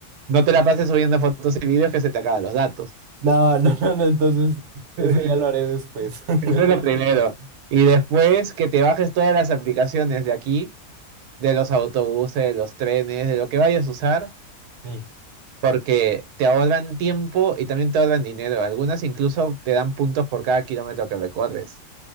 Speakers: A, on the right; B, on the right.
A: no te la pases subiendo fotos y videos que se te acaban los datos.
B: No, <laughs> no, no, no, entonces,
A: <laughs>
B: eso ya lo haré después. <laughs>
A: Eso es lo primero. Y después que te bajes todas las aplicaciones de aquí de los autobuses, de los trenes, de lo que vayas a usar,
B: Sí.
A: porque te ahorran tiempo y también te ahorran dinero. Algunas incluso te dan puntos por cada kilómetro que recorres.